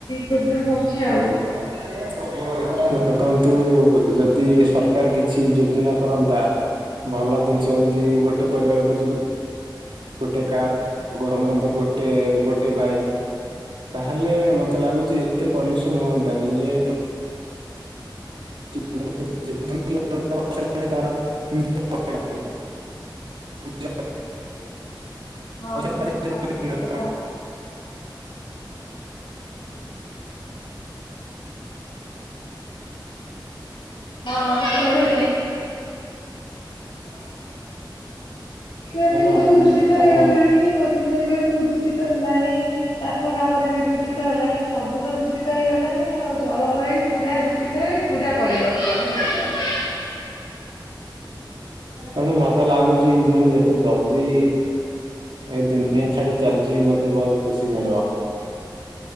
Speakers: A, on the left; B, on the right.
A: ପ୍ରୋବ୍ଲେମ ହଉଛି ଆଉ।
B: ଦେଖନ୍ତୁ ଯଦି ସରକାର କିଛି ଯୋଜନା କରନ୍ତା। ଭଲ ଜିନିଷ ଏମିତି ଗୋଟେ ପରିବାର ପି ଗୋଟେ କାର ସମସ୍ତଙ୍କ ପାଇଁ ଗୋଟେ ଗୋଟେ ବାଇକ୍। ତାହେଲେ ମତେ ଲାଗୁଛି ଏତେ ପଲ୍ୟୁସନ ହୁଅନ୍ତାନି ଇଏ। <unintelligible> <unintelligible>
A: ହଁ ସେଇଟା ତ ଠିକ କଥା। ହଁ ଶୁଣୁଛି।
B: ହ <unintelligible>
A: ଏବେ ସବୁ
B: ଅମାନ
A: ଦୂଷିତ
B: ତାଙ୍କ
A: ହେଇଗଲାଣି
B: ମନ
A: ପନିପରିବା ସବୁ ଦୂଷିତ ତ ହେଲାଣି ଚାଷ କାମରେ ବି ଦୂଷିତ ହେଲାଣି ସବୁତ ଦୂଷିତ ହେଇଗଲାଣି ଆଉ ଜଳବାୟୁ। ପୁରା ଦୂଷିତ ହେ ପୁରା ପରିବର୍ତ୍ତନ ହେଇଗଲାଣି।
B: ତେଣୁ ମତେ ଲାଗୁଛି ମୁଁ ଯେତେ ଜଲଦି ଏଇ ଦୁନିଆ ଛାଡି ଚାଲି ଯିବି ମତେ ବହୁତ ଖୁସି ମିଳିବ